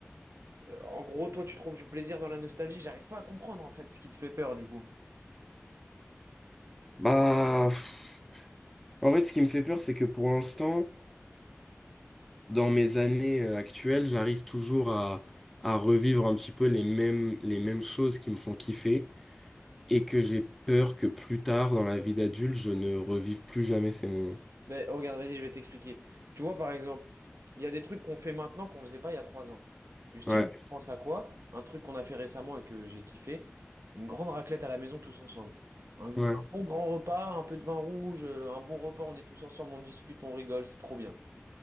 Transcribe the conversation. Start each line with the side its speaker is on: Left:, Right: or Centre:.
Right: euh, en gros, toi, tu trouves du plaisir dans la nostalgie. J'arrive pas à comprendre en fait ce qui te fait peur du coup.
Centre: Bah, pff, en fait, ce qui me fait peur, c'est que pour l'instant, dans mes années euh, actuelles, j'arrive toujours à, à revivre un petit peu les mêmes, les mêmes choses qui me font kiffer et que j'ai peur que plus tard, dans la vie d'adulte, je ne revive plus jamais ces moments.
Right: Ben, oh, regarde, vas-y, je vais t'expliquer. Tu vois, par exemple, il y a des trucs qu'on fait maintenant qu'on ne faisait pas il y a trois ans. Du style,
Centre: Ouais,
Right: je pense à quoi? Un truc qu'on a fait récemment et que j'ai kiffé, une grande raclette à la maison tous ensemble. Un,
Centre: ouais.
Right: un bon grand repas, un peu de vin rouge, euh, un bon repas, on est tous ensemble, on discute, on rigole, c'est trop bien.